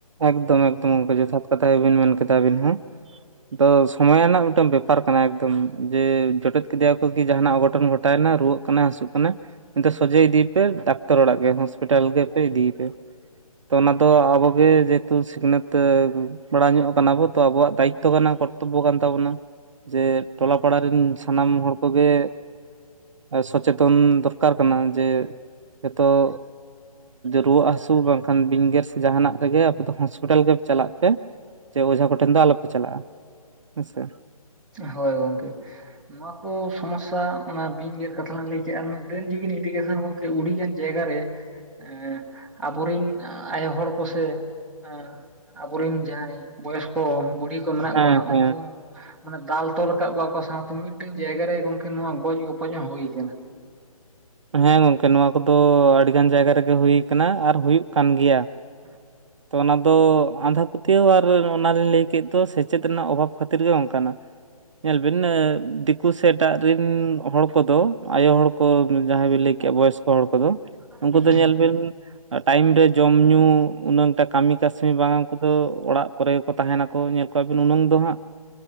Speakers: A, on the right; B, in the centre.
A: ᱮᱠᱫᱚᱢ ᱮᱠᱫᱚᱢ ᱚᱱᱠᱟ ᱡᱚᱛᱷᱟᱛ ᱠᱟᱛᱷᱟ ᱜᱮᱵᱤᱱ ᱢᱮᱱᱼᱟ ᱠᱟᱫᱟ. ᱟᱵᱤᱱ ᱦᱚᱸ᱾ ᱟᱫᱚ ᱥᱚᱢᱚᱭ ᱨᱮᱱᱟᱜ ᱢᱤᱫᱴᱮᱱ ᱵᱮᱯᱟᱨ ᱠᱟᱱᱟ ᱮᱠᱫᱚᱢ ᱡᱮ ᱡᱚᱴᱮᱫ ᱠᱮᱫᱮᱭᱟ ᱠᱚ ᱠᱤ ᱡᱟᱸᱦᱟ ᱱᱟᱜ ᱚᱻᱜᱷᱚᱴᱚᱱ ᱜᱷᱚᱴᱟᱣᱼᱱᱟ ᱨᱩᱣᱟᱹᱜ ᱠᱟᱱᱟ ᱦᱟᱹᱥᱩᱜ ᱠᱟᱱᱟ ᱱᱤᱛ ᱥᱚᱡᱷᱮ ᱤᱫᱤᱭᱮ ᱯᱮ ᱰᱟᱠᱛᱟᱨ ᱚᱲᱟᱜ ᱜᱮ, ᱦᱚᱥᱯᱤᱴᱟᱞ ᱜᱮᱯᱮ ᱤᱫᱤᱭᱮ ᱯᱮ᱾ ᱛᱚ ᱚᱱᱟ ᱫᱚ ᱟᱵᱚᱜᱮ ᱡᱮᱦᱚᱛᱩ ᱥᱤᱠᱷᱱᱟᱹᱛ ᱠᱚᱲᱟ ᱧᱚᱜ ᱠᱟᱱᱟ ᱵᱚ ᱛᱚ ᱟᱵᱚᱣᱟᱜ ᱫᱟᱭᱤᱠ ᱛᱚ ᱠᱟᱱᱟ᱾ ᱠᱚᱨᱛᱚᱵᱽ ᱠᱟᱱ ᱛᱟᱵᱚᱱᱟ᱾ ᱡᱮ ᱴᱚᱞᱟ ᱯᱟᱲᱟ ᱨᱮᱱ ᱥᱟᱱᱟᱢ ᱦᱚᱲ ᱠᱚᱜᱮ ᱥᱚᱪᱮᱛᱚᱱ ᱫᱚᱨᱠᱟᱨ ᱠᱟᱱᱟ ᱡᱮ ᱦᱤᱛᱚᱜ ᱨᱩᱣᱟᱹᱜ ᱦᱟᱹᱥᱩ ᱵᱟᱝᱠᱷᱟᱱ ᱵᱤᱧᱜᱮᱨ ᱥᱮ ᱡᱟᱦᱱᱟᱜ ᱨᱮᱜᱮ ᱟᱯᱮ ᱫᱚ ᱦᱚᱥᱯᱤᱴᱟᱞ ᱜᱮ ᱪᱟᱞᱟᱜ ᱯᱮ ᱥᱮ ᱚᱡᱷᱟ ᱠᱚᱴᱷᱮᱱ ᱫᱚ ᱟᱞᱚᱯᱮ ᱪᱟᱞᱟᱜᱼᱟ, ᱦᱮᱸᱥᱮ᱾
B: ᱦᱳᱭ ᱜᱚᱝᱠᱮ ᱱᱚᱣᱟ ᱠᱚ ᱥᱚᱢᱚᱥᱥᱟ ᱚᱱᱟ ᱵᱤᱧ ᱜᱮᱨ ᱠᱟᱛᱷᱟ ᱞᱟᱝ ᱞᱟᱹᱭ ᱠᱮᱜᱼᱟ ᱟᱨ ᱰᱟᱹᱱ ᱡᱩᱜᱤᱱ ᱤᱫᱤ ᱞᱮᱱᱠᱷᱟᱱ ᱦᱚᱸ ᱩᱲᱤᱜᱟᱱ ᱡᱟᱭᱜᱟ ᱨᱮ ᱮᱸ ᱟᱵᱚᱨᱤᱱ ᱟᱭᱳ ᱦᱚᱲ ᱠᱚᱥᱮ ᱮ ᱟᱵᱚ ᱨᱮᱱ ᱡᱟᱸᱦᱟᱭ ᱵᱚᱭᱚᱥᱠᱚ ᱵᱩᱲᱦᱤ ᱠᱚ ᱢᱮᱱᱟᱜ
A: ᱦᱮᱸ
B: ᱠᱚᱣᱟ ᱦᱟᱸ
A: ᱦᱮᱸ
B: ᱩᱱᱠᱩ ᱢᱟᱱᱮ ᱫᱟᱞ, ᱛᱚᱞ ᱟᱠᱟᱫ ᱠᱚᱣᱟ ᱠᱚ ᱥᱟᱶᱛᱮ ᱢᱤᱫᱴᱮᱱ ᱡᱟᱭᱜᱟ ᱨᱮ ᱜᱚᱝᱠᱮ ᱱᱚᱣᱟ ᱜᱚᱡ ᱜᱚᱯᱚᱡ ᱦᱚᱸ ᱦᱩᱭ ᱟᱠᱟᱱᱟ᱾
A: ᱦᱮᱸ ᱜᱚᱝᱠᱮ ᱱᱚᱣᱟ ᱠᱚᱫᱚ ᱟᱹᱰᱤ ᱜᱟᱱ ᱡᱟᱭᱜᱟ ᱨᱮᱜᱮ ᱦᱩᱭ ᱟᱠᱟᱱᱟ ᱟᱨ ᱦᱩᱭᱩᱜ ᱠᱟᱱ ᱜᱮᱭᱟ᱾
B: ᱦᱮᱸ
A: ᱛᱚ ᱚᱱᱟ ᱫᱚ ᱟᱸᱫᱷᱟ ᱯᱟᱹᱛᱭᱟᱹᱣ ᱟᱨ ᱚᱱᱮ ᱞᱤᱧ ᱞᱟᱹᱭ ᱠᱮᱫ ᱫᱚ ᱥᱮᱪᱮᱫ ᱨᱮᱱᱟᱜ ᱚᱵᱷᱟᱯ ᱠᱷᱟᱹᱛᱤᱨ ᱜᱮ ᱚᱱᱠᱟᱱᱟ᱾ ᱧᱮᱞᱵᱤᱱ ᱫᱤᱠᱩ ᱥᱮ ᱮᱴᱟᱜ ᱨᱮᱱ ᱦᱚᱲ ᱠᱚᱫᱚ ᱟᱭᱳ ᱦᱚᱲ ᱠᱚ ᱡᱟᱦᱟᱸᱭ ᱵᱤᱱ ᱞᱟᱹᱭ ᱠᱮᱜᱼᱟ ᱵᱚᱭᱚᱥᱠᱚ ᱦᱚᱲ ᱠᱚᱫᱚ ᱩᱱᱠᱩ
B: ᱦᱩᱸ
A: ᱫᱚ ᱧᱮᱞ ᱵᱤᱱ ᱴᱟᱭᱤᱢ ᱨᱮ ᱡᱚᱢ ᱧᱩ ᱩᱱᱟᱹᱝ ᱠᱟᱹᱢᱤ ᱠᱟᱹᱥᱱᱤ ᱵᱟᱝ ᱩᱱᱠᱩ ᱫᱚ ᱚᱲᱟᱜ ᱠᱚᱨᱮ ᱜᱮ ᱠᱚ ᱛᱟᱸᱦᱮᱱᱟ ᱠᱚ ᱧᱮᱞ ᱠᱚᱣᱟᱵᱤᱱ ᱩᱱᱟᱹᱝ ᱫᱚ ᱦᱟᱸᱜ